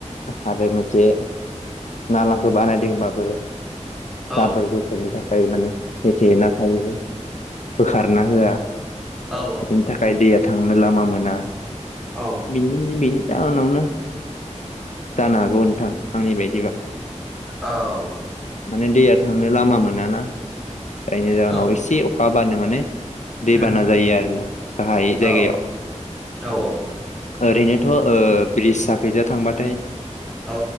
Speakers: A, on the left; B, in the centre.
A: आरो मोनसे नालाखौ बानायदों। जोंबाबो
B: औ
A: गाबोल जोथलनि थाखाय माने हेथेना थायो। बोखारना होआ
B: औ
A: बेनि थाखाय दैया थांनो लामा मोना।
B: औ।
A: बिनि उनावनो जानो हागौ नोंथां आंनि बायदिबा।
B: औ
A: माने दैया थांनो लामा मोनाना जायनि जाहोनाव
B: औ
A: एसे अखा बानो माने। दैबाना
B: उम
A: जायो आरोोना गाहाय जायगायाव।
B: औ औ
A: ओरैनोथ' ब्रिज साखैजों थांबाथाय
B: औ।